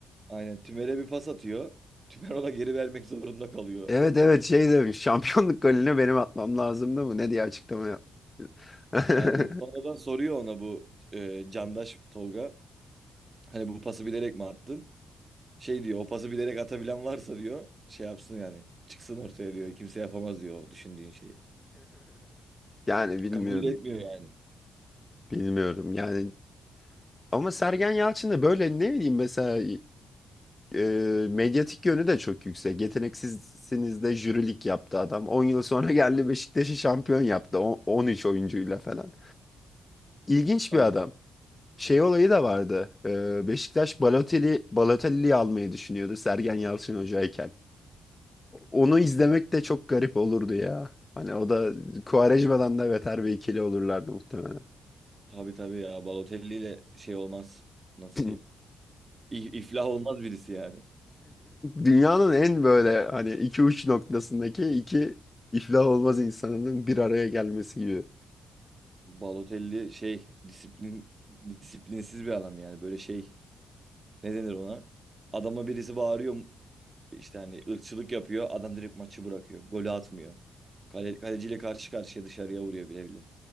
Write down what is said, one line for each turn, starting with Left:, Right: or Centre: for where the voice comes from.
Right: Aynen Tümer'e bir pas atıyor. Tümer ona geri vermek zorunda kalıyor.
Left: Evet evet şey demiş şampiyonluk golünü benim atmam lazımdı mı ne diye açıklama yap. <laughs>
Right: Aynen. Sonradan soruyor ona bu e, Candaş Tolga. Hani bu pası bilerek mi attın? Şey diyor o pası bilerek atabilen varsa diyor şey yapsın yani. Çıksın ortaya diyor. Kimse yapamaz diyor o düşündüğün şeyi.
Left: Yani bilmiyorum.
Right: Kabul etmiyor yani.
Left: Bilmiyorum yani ama Sergen Yalçın da böyle ne bileyim mesela e, medyatik yönü de çok yüksek. Yeteneksizsiniz de jürilik yaptı adam. 10 yıl sonra geldi Beşiktaş'ı şampiyon yaptı. O- 13 oyuncuyla falan. İlginç
Right: Aynen.
Left: bir adam. Şey olayı da vardı. E, Beşiktaş Balotelli, Balotelli'yi almayı düşünüyordu Sergen Yalçın hocayken. Onu izlemek de çok garip olurdu ya. Hani o da Quaresma'dan da beter bir ikili olurlardı muhtemelen.
Right: Tabii tabii ya Balotelli ile şey olmaz. Nasıl
Left: <laughs>
Right: diyeyim? İ- İflah olmaz birisi yani.
Left: Dünyanın en böyle hani iki uç noktasındaki iki iflah olmaz insanının bir araya gelmesi gibi.
Right: Balotelli şey disiplin disiplinsiz bir adam yani. Böyle şey ne denir ona? Adama birisi bağırıyor işte hani ırkçılık yapıyor. Adam direkt maçı bırakıyor. Golü atmıyor. Kale, kaleciyle karşı karşıya dışarıya vuruyor bile bile.